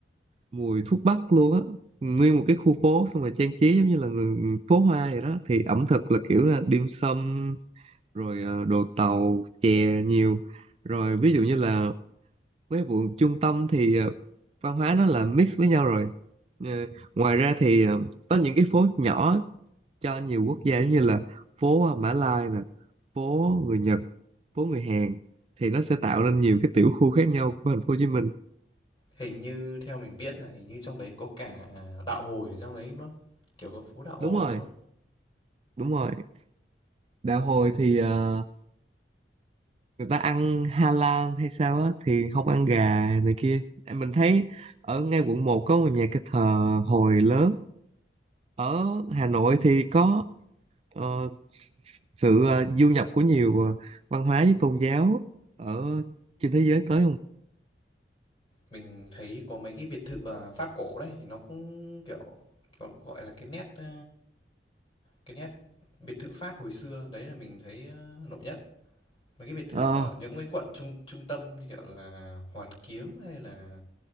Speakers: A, on the right; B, on the left.
A: mùi thuốc bắc luôn á nguyên một cái khu phố xong rồi trang trí giống như là người phố hoa vậy đó thì ẩm thực là kiểu là dim sum rồi ờ, đồ tàu chè nhiều rồi ví dụ như là mấy vụ trung tâm thì ờ, văn hóa nó là mix với nhau rồi Ờ, ngoài ra thì ờ, có những cái phố nhỏ cho nhiều quốc gia giống như là phố ờ, Mã Lai nè phố người Nhật phố người Hàn thì nó sẽ tạo nên nhiều cái tiểu khu khác nhau của thành phố Hồ Chí Minh
B: Hình như theo mình biết là hình như trong đấy có cả đạo Hồi ở trong đấy, đúng không? Kiểu có phố đạo Hồi,
A: đúng rồi
B: đúng không?
A: đúng rồi đạo hồi thì ờ, người ta ăn halal hay sao á thì không ăn gà này kia Em- mình thấy ở ngay quận một có một nhà cái thờ hồi lớn ở Hà Nội thì có ờ, s- sự ờ, du nhập của nhiều ờ, văn hóa với tôn giáo ở trên thế giới tới không
B: Mình thấy có mấy cái biệt thự, à, Pháp cổ đấy thì nó cũng, kiểu, kiểu, gọi là, cái nét, ơ, cái nét biệt thự Pháp hồi xưa, đấy là mình thấy, ơ, nổi nhất. Mấy cái biệt thự
A: Ờ,
B: ở những cái quận trung trung tâm như, kiểu là, Hoàn Kiếm hay là